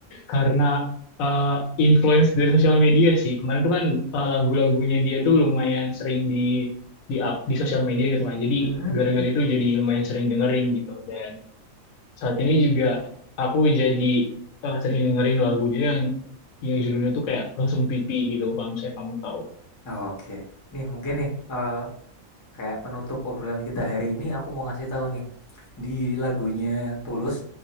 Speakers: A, on the left; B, on the left.
A: karena eh, influence dari sosial media sih. Kemarin tuh kan eh, lagu-lagunya dia tuh lumayan sering di di up di sosial media gitu kan. Jadi
B: Mhm
A: gara-gara
B: mhm.
A: itu jadi lumayan sering dengerin gitu. Dan saat ini juga aku jadi eh, sering dengerin lagu dia yang yang judulnya tuh kayak langsung pipi gitu kalau misalnya kamu tahu.
B: Oke. Nih mungkin nih, eee kayak penutup obrolan kita hari ini aku mau ngasih tahu nih di lagunya Tulus